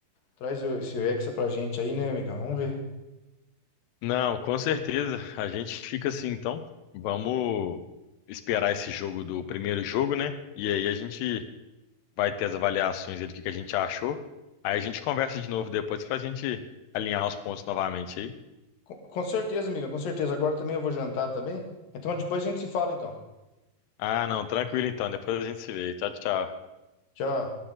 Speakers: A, on the left; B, on the left.
A: traz esse Hexa pra gente aí, né, amigão? Vamos ver.
B: Não, com certeza. A gente fica assim, então. Vamos esperar esse jogo do primeiro jogo, né? E aí a gente vai ter as avaliações dele, o que que a gente achou. Aí a gente conversa de novo depois pra gente alinhar os pontos novamente aí.
A: Com, com certeza, amiga, com certeza. Agora também eu vou jantar também. Então depois a gente se fala, então.
B: Ah, não, tranquilo então, depois a gente se vê. Tchau, tchau.
A: Tchau.